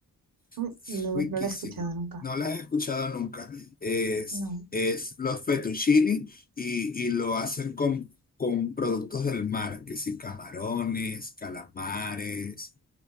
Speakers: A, on the right; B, on the left.
A: Uy,
B: Es
A: No,
B: riquísimo.
A: no la he escuchado nunca.
B: No la he escuchado nunca. Es,
A: No.
B: es los fettuccini y, y lo hacen con, con productos del mar, que sí, camarones, calamares.